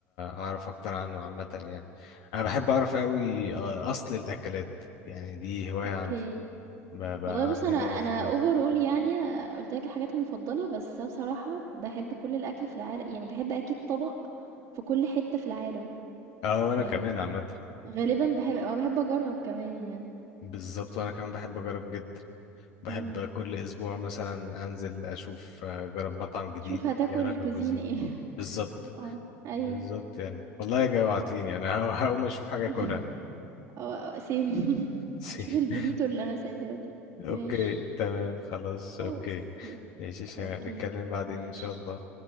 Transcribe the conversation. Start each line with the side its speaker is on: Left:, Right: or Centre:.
Left: أعرف أكتر عنه عامة يعني أنا بحب أعرف أوي
Right: إمم.
Left: آه، أصل الأكلات يعني دي هواية
Right: أوكي.
Left: عندي بقى
Right: والله
Left: عندي
Right: بُص أنا
Left: دايما
Right: أنا
Left: فضول
Right: overall يعني قُلت لك الحاجات المفضّلة، بس أنا بصراحة باحب كل الأكل في العال يعني باحب أكيد طبق في كل حتّة في العالم.
Left: أه وأنا
Right: يعني
Left: كمان عامة
Right: غالبًا باحب أنا باحب أجرّب كمان يعني،
Left: بالظبط وأنا كمان بحب أجرب جدا بحب
Right: إمم،
Left: كل أسبوع مثلا أنزل أشوف آه، أجرب مطعم جديد
Right: شوف هتاكل
Left: ليه علاقة
Right: cuisine
Left: بجوزين
Right: إيه.
Left: جديد بالظبط
Right: آه. أيوه.
Left: بالظبط يعني والله جوعتيني أنا <laughs> هقوم أشوف حاجة
Right: <laughs>
Left: أكلها
Right: آه، same <laughs>
Left: <laughs>
Right: شوف الburrito اللي أنا سايباها دي.
Left: اوكي
Right: ماشي،
Left: تمام خلاص
Right: خلاص
Left: اوكي
Right: أوكي،
Left: ماشي يا شيماء
Right: أوكي،
Left: نتكلم بعدين
Right: ماشي،
Left: ان شاء الله